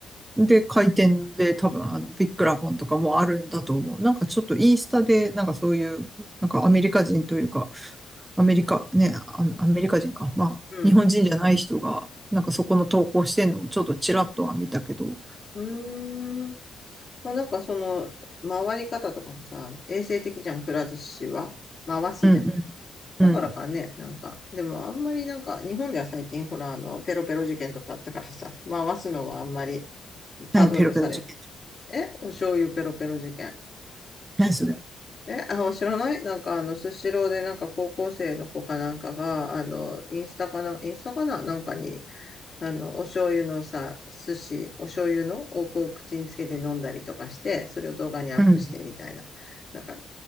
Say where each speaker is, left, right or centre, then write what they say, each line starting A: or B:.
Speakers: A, on the right; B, on the left.
A: で、回転で多分、あの、ビッグラボンとかもあるんだと思う。なんかちょっとインスタで、なんかそういう、なんかアメリカ人というか、アメリカ、ね、アアメリカ人か。まあ、
B: うん。
A: 日本人じゃない人が、なんかそこの投稿してんのをちょっとちらっとは見たけど、
B: うーん。まあ、なんかその、回り方とかもさ、衛生的じゃん、くら寿司は。回すじゃん。
A: うんうん、
B: だからかね、
A: うん。
B: なんか、でもあんまりなんか、日本では最近ほら、あの、ペロペロ事件とかあったからさ、回すのはあんまりタブーとされて、
A: 何ペロペロ事件って。
B: え、お醤油ペロペロ事件
A: 何それ。
B: え、あ知らないなんか、あの、スシローで、なんか、高校生の子かなんかが、あの、インスタかな、インスタかななんかに、あの、お醤油のさ、寿司、お醤油のをこう口につけて飲んだりとかして、それを動画にアップしてみたいな。
A: うん。
B: なんか、